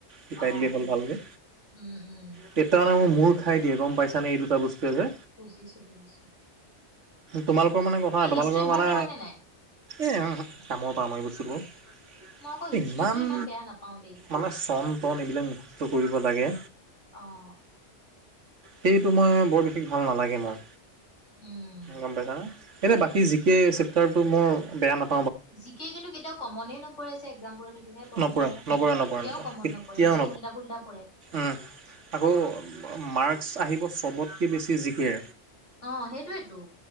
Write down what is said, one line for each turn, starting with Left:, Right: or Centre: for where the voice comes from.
Right: শিকাই
Left: অ
Right: দিলে হ'ল ভাল কে,
Left: উম উম
Right: কেতিয়া মানে মোৰ মূৰ খাই দিয়ে গম পাইছানে এই দুটা বস্তুৱে য়ে,
Left: বুজিছো বুজিছোঁ?
Right: তোমালোকৰ মানে কথা তোমালোকৰ
Left: হিষ্ট্ৰী
Right: মানে?
Left: ভাল পোৱা নে নাই
Right: এ <unintelligible> <inaudible> কামৰ পৰা আমাৰি বস্তুটো এ
Left: মই আকৌ হিষ্ট্ৰীটো
Right: ইমান
Left: বেয়া নাপাও দেই
Right: মানে চন টন এইবিলাক মুখস্থ কৰিব লাগে!
Left: অঁ,
Right: সেইটো তোমাৰ বৰ বেছি ভাল নালাগে মোৰ!
Left: উম
Right: গম পাইছানে ইনেই বাকী জি কে চেপটাৰটো মোৰ বেয়া নাপ,
Left: জিকে কিন্তু কেতিয়াও কমনে নপৰে জে এক্জামবোৰত সেইটোহে প্ৰব্লেম
Right: নপৰে
Left: হয়,
Right: নপৰে নপৰে
Left: কেতিয়াও
Right: নপৰে
Left: কমন
Right: কেতিয়াও
Left: নপৰে এ উল্টা পুল্টা পৰে,
Right: উম, আকৌ মাৰ্কস আহিব চবতকে বেছি জিকে!
Left: অঁ, সেই টো ৱেটো?